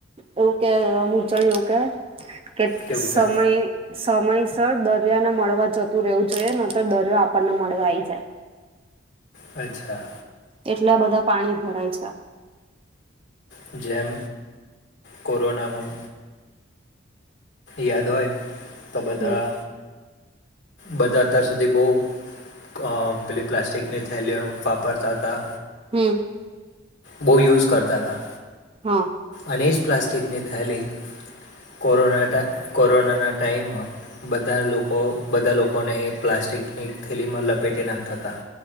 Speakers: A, on the right; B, on the left.
A: એવું કે અમુક એ કે કે
B: કેવું
A: સમય
B: કે
A: સમયસર દરિયાને મળવા જતું રહેવું જોઈએ ન તો દરિયો આપણને મળવા આઈ જાય
B: અચ્છા
A: એટલા બધા પાણી ભરાય છે.
B: હ જેમ કોરોના મમ યાદ હોય તો બધા
A: હમ
B: બધા અત્યાર સુધી બોહ પેલી પ્લાસ્ટિકની થેલીઓ વાપરતા હતા.
A: હમ
B: બોહ યુઝ કરતા હતા.
A: હા
B: અને ઈ જ પ્લાસ્ટિકની થેલી કોરોના ટાઇ કોરોનાના ટાઈમમાં બધા લોકો બધા લોકોને પ્લાસ્ટિકની થેલીમાં લપેટી નાખતા હતા.